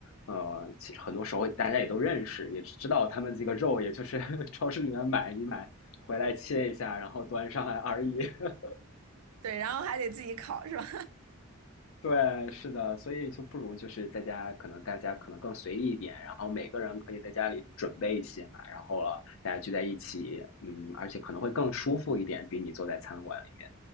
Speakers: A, on the left (about 70°); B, on the right (about 85°).
A: 呃，其实很多时候大家也都认识，也知道他们这个肉，也就是 <laughs> 超市里面买一买，回来切一下，然后端上来而已。<laughs>
B: 对，然后还得自己烤是吧？
A: 对，是的，所以就不如就是在家，可能大家可能更随意一点，然后每个人可以在家里准备一些嘛，然后了大家聚在一起，嗯，而且可能会更舒服一点，比你坐在餐馆里面。